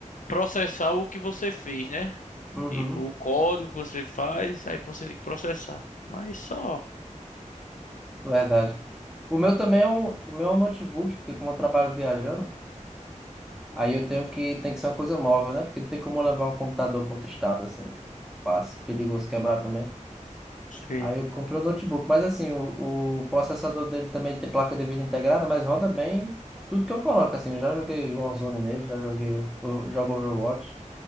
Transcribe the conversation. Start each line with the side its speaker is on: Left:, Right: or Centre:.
Left: processar o que você fez, né?
Centre: Uhum.
Left: Tipo, o código que você faz, aí você tem que processar. Mas só.
Centre: Verdade. O meu também é um, o meu é um notebook, porque como eu trabalho viajando, Aí eu tenho que, tem que ser uma coisa móvel, né? Porque não tem como eu levar o computador para outro estado, assim. Fácil, perigoso quebrar também.
Left: Sei.
Centre: Aí eu comprei um notebook, mas assim, o, o processador dele também tem placa de vídeo integrada, mas roda bem tudo que eu coloco, assim. Eu já joguei Warzone nele, já joguei, o- eu jogo Overwatch.